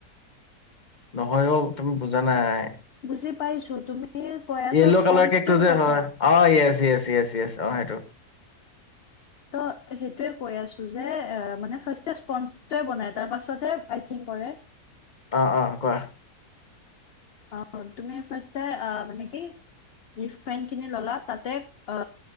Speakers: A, on the left (about 30°); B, on the left (about 50°).
A: নহয়ো তুমি বুজা নাই।
B: বুজি পাইছো তুমি কৈ আছা
A: য়্ল'
B: স্পঞ্জটোৰ
A: কালাৰ কেক টো যে
B: কথা
A: হয় অ য়েচ য়েচ য়েচ য়েচ অ সেইটো। <inaudible>
B: ত সেইটোয়ে কৈ আছো যে অ মানে। ফাৰ্ষ স্পজটে বনাই তাৰ পাছতহে আইচিং কৰে <inaudible>
A: অ' অ' কোৱা।
B: অ' তুমি ফাৰ্ষট মানে কি ৰিফাইন খিনি ললা তাতে অ